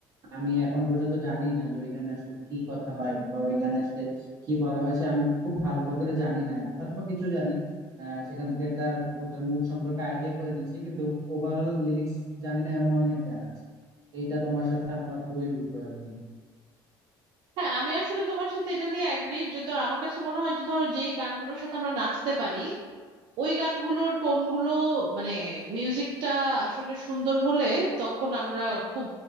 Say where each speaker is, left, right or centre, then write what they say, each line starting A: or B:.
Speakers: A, on the right; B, on the right.
A: আমি এখনো পর্যন্ত জানি না যে ওই গানে আসলে কি কথা হয় বা ওই গানে আসলে কি বলা হয়েছে আমি খুব ভালো করে জানি না আর কি। হয়তো বা কিছু জানি আহ, সেখান থেকে একটা ওটার মুড সম্পর্কে আইডিয়া করে নিচ্ছি কিন্তু ওভারঅল লিরিক্স জানি না এমন অনেক গান আছে এইটা তোমার সাথে আমার পুরোই উল্টো আর কি
B: হ্যাঁ আমি আসলে তোমার সাথে এটা নিয়ে অ্যাগ্রিড যে ধর আমার কাছে মনে হয় যে ধরো যেই গানগুলোর সাথে আমরা নাচতে পারি ওই গানগুলোর টোনগুলো মানে মিউজিকটা আসলে সুন্দর হলে তখন আমরা খুব